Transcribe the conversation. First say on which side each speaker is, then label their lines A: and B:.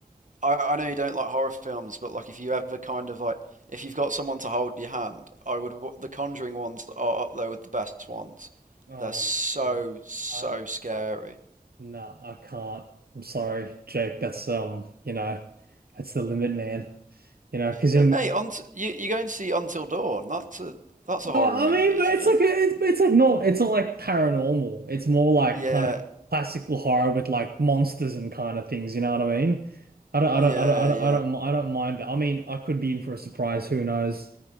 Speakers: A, on the right; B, on the right.
A: I, I know you don't like horror films, but like if you ever kind of like if you've got someone to hold your hand, I would w- the Conjuring ones are up there with the best ones.
B: Oh
A: They're so
B: man,
A: so
B: I
A: scary.
B: nah, I can't. I'm sorry, Jake. That's um, you know, that's the limit, man. You know, because
A: But mate, on t- you you're going to see Until Dawn. That's a that's a horror
B: Uh, I
A: movie,
B: mean, but
A: isn't
B: it's
A: it?
B: like a, it's, it's like not it's not like paranormal. It's more like
A: Yeah,
B: kind of classical horror with like monsters and kind of things. You know what I mean? I don't I
A: yeah,
B: don't I don't I don't
A: yeah,
B: I don't, mi- I don't mind that. I mean, I could be in for a surprise. Who knows?